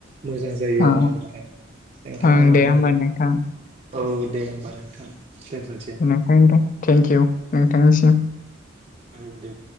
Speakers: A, on the right; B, on the left.
A: मोजां जायो
B: अ
A: आरोना नोंथां नोंथाङा
B: ओं
A: माने
B: दे होमबा नोंथां
A: औ दे होमबा नोंथां दोनथ'सै
B: नोंथांनो दा थेंक इउ नोंथांनिसिम
A: औ दे